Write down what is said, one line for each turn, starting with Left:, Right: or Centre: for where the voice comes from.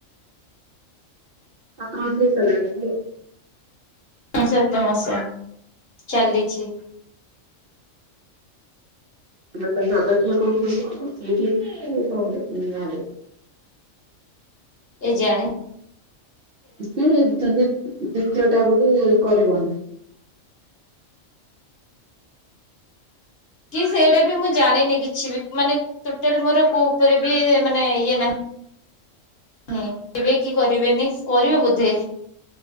Right: <unintelligible>
Left: ସାତ ମାସ ଚାଲିଛି।
Right: ଲୋକ ସାଦଖିଆ କୋଉଠି କରିବ ଏଇଠିକି ତମ ଗାଁରେ।
Left: <inaudible> ଏ ଜାଣେ।
Right: ତୁ କାଇଁ ଏତେ ଦବୁ। ଦ୍ଵିତୀୟ ଟା ବୋଲି କରିବନି।
Left: କି ସେଇଟା ବି ମୁଁ ଜାଣିନି କିଛି ବି ମାନେ ଟୋଟାଲ ମୋର କୋଉ ଉପରେ ବି ମାନେ ଇଏ ନାହିଁ। ହୁଁ ଏବେ କି କରିବେନି କରିବେ ବୋଧେ।